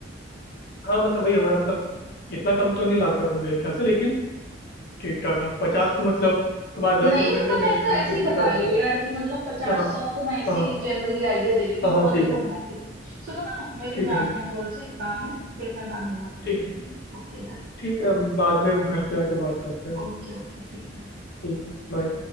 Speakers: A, on the left (about 55°); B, on the right (about 55°).
A: हाँ मतलब वही हमारा मतलब इतना कम तो नहीं लाते होंगे मेरे ख्याल से लेकिन ठीक ठाक हाँ पचास तो मतलब तुम्हारा
B: नहीं
A: दस रुपये
B: मतलब
A: में मेरे
B: मैं
A: ख्याल
B: तो ऐसे
A: से
B: ही
A: कितना
B: बता
A: बनता
B: रही हूँ
A: था
B: यार कि मतलब पचास
A: हाँ
B: सौ तो मैं ऐसे
A: हाँ हाँ
B: ही जनरली आइडिया दे रही हूँ कि
A: हाँ
B: बहुत
A: हाँ, ठीक
B: ही कम
A: है
B: लाते थे सुनो ना मेरे को
A: ठीक
B: जाना
A: है ठीक है
B: है थोड़ा सा एक काम है फिर मैं बाद में बात करती
A: ठीक
B: हूँ
A: है
B: ठीक है ओके बाय
A: ठीक है हम बाद में घर पे आके बात करते हैं ना
B: ओके ओके ठीक बाय
A: ठीक है बाय